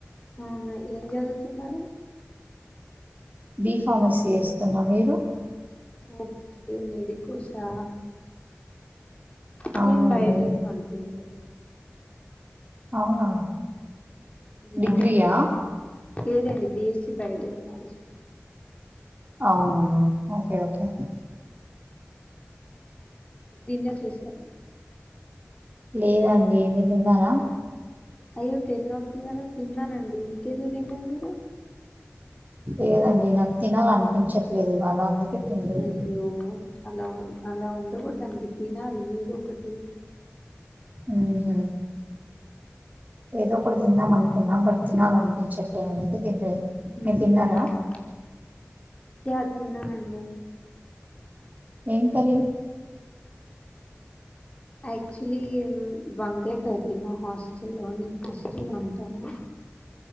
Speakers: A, on the left; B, on the right.
A: అవునా ఏం చదువుతున్నారు
B: బి ఫార్మసీ చేస్తునా మీరు
A: ఓకే మెడికోసా నేను
B: అవునండి
A: బయోటెక్నాలజీ అండి
B: అవునా
A: యా
B: డిగ్రీయా
A: లేదండి బిఎస్స బయోటెక్నాలజీ
B: అవునా ఓకే ఓకే
A: డిన్నర్ చేసారా
B: లేదండేమి తిన్నారా
A: అయ్యో టేన్ అవుతుంది కదా తిన్నానండి ఇంకెందుకు తింటదు మీరు
B: లేదండి నాకు తినాలి అనిపించట్లేదు ఇవాళ అందుక తన్నడు
A: అయ్యో అలా అలా ఉండకూడద అండి తినాలి ఏద ఒకటి
B: ఆ హ ఏదో కూడా తిందా మనకి న్నా పడుతున్నా అందించ అందుక తింటయి మీరు
A: మ్మ్.
B: తిన్నారా
A: యా తిన్నానండి
B: ఏంకరీ
A: యాక్చువలీ వంకాయ కరి మా హాస్టల్లో నేను హాస్టల్ ఉంటాను